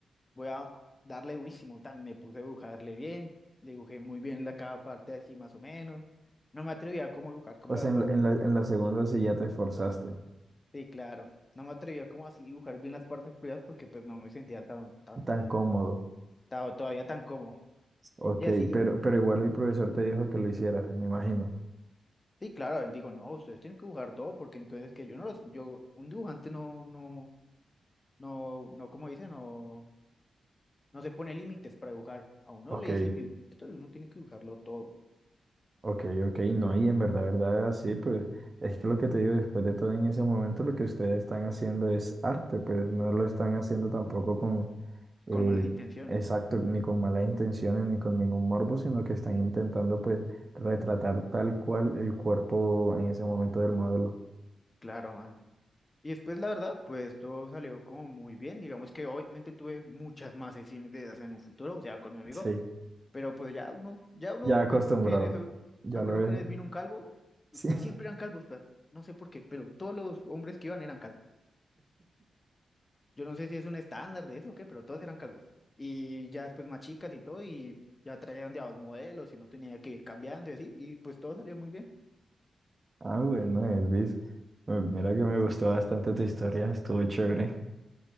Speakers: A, on the left (about 25°); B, on the right (about 30°).
A: voy a darle durísimo. Tan, me puse a dibujarle bien. Dibujé muy bien la cada parte así más o menos. No me atrevía a como dibujar como
B: O
A: las
B: sea, en
A: partes.
B: la, en la, en la segunda sí ya te esforzaste,
A: Sí, claro. No me atrevía como así dibujar bien las partes privadas porque pues no me sentía tan, tan,
B: tan
A: tan,
B: cómodo.
A: tan- todavía tan cómodo.
B: Ok,
A: Y así,
B: pero, pero igual el profesor te dijo que lo hicieras, me imagino.
A: sí, claro, él dijo, no, ustedes tienen que dibujar todo porque entonces que yo no los, yo, un dibujante no, no, no, no, como dicen, no, no se pone límites para dibujar. A uno
B: Ok.
A: le dicen, "Dibu- esto de uno tiene que dibujarlo todo,
B: Ok, ok, no, y en verdad, verdad, sí, pues es que lo que te digo, después de todo en ese momento lo que ustedes están haciendo es arte, pues no lo están haciendo tampoco con, eh,
A: con malas intenciones.
B: exacto, ni con malas intenciones, ni con ningún morbo, sino que están intentando pues retratar tal cual el cuerpo en ese momento del modelo.
A: Claro, man. Y después, la verdad, pues todo salió como muy bien. Digamos que obviamente tuve muchas más sesiones de esas en un futuro, o sea, con mi amigo.
B: Sí,
A: Pero pues ya uno, ya uno,
B: ya acostumbrado,
A: me acuerdo que en eso,
B: ya
A: me acuerdo
B: lo
A: que
B: es.
A: una vez vino un calvo,
B: Sí.
A: pues,
B: <laughs>
A: siempre eran calvos, pero no sé por qué, pero todos los hombres que iban eran calvos. Yo no sé si es un estándar de eso o qué, pero todos eran calvos. Y ya después más chicas y todo, y ya traían de a dos modelos y no tenía que ir cambiando y así, y pues todo salió muy bien.
B: Ah, bueno, Elvis, eh, mira que me gustó bastante tu historia, estuvo chévere.